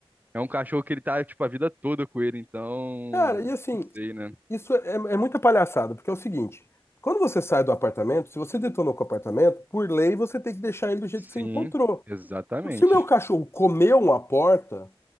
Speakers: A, on the right; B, on the left.
A: é um cachorro que ele tá, tipo, a vida toda com ele. Então,
B: Cara, e assim,
A: não sei, né?
B: isso é, é muita palhaçada, porque é o seguinte, quando você sai do apartamento, se você detonou com o apartamento, por lei você tem que deixar ele do jeito
A: Sim,
B: que você encontrou.
A: exatamente.
B: Então, Se o meu cachorro comeu uma porta,